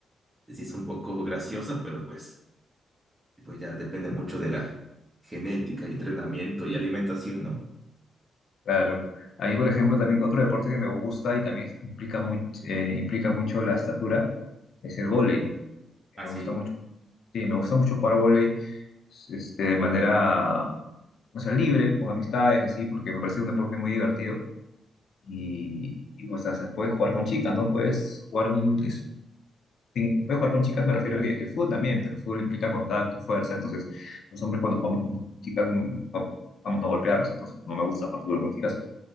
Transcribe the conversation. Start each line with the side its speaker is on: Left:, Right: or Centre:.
Right: les es un poco graciosa, pero pues, pues ya depende mucho de la genética y entrenamiento y alimentación, ¿no?
Left: claro. A mí, por ejemplo, también otro deporte que me gusta y también implica, much- eh, implica mucho la estatura es el vóley. Eh,
Right: Así.
Left: Me gusta mucho, sí, me gusta mucho jugar vóley este, de manera, o sea, libre, con amistades, así, porque me parece un deporte muy divertido. Y, y pues, o sea, puedes jugar con chicas, ¿no? Puedes jugar un, es sí, puedes jugar con chicas, me refiero a que el fútbol también, pero el fútbol implica contacto, fuerza, entonces los hombres cuando jugamos con chicas mm, no, vamos a no golpearnos, entonces no me gusta jugar fútbol con chicas,